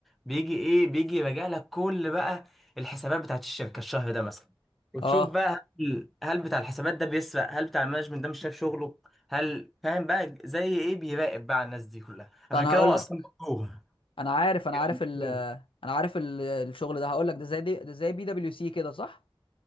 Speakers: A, in the centre; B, on the left.
A: بيجي ايه بيجي يراجع لك كل بقى الحسابات بتاعت الشركه الشهر ده مثلا وتشوف
B: اه
A: بقى هل هل بتاع الحسابات ده بيسرق هل بتاع المانجمنت ده مش شايف شغله هل فاهم بقى زي ايه بيراقب بقى على الناس دي كلها
B: طب
A: عشان
B: انا
A: كده
B: هقول
A: هو اصلا
B: لك
A: مكروه
B: انا عارف انا
A: يبقى
B: عارف
A: مكروه.
B: ال انا عارف ال- الشغل ده هقول لك ده زي دي ده زي بي دبليو سي كده صح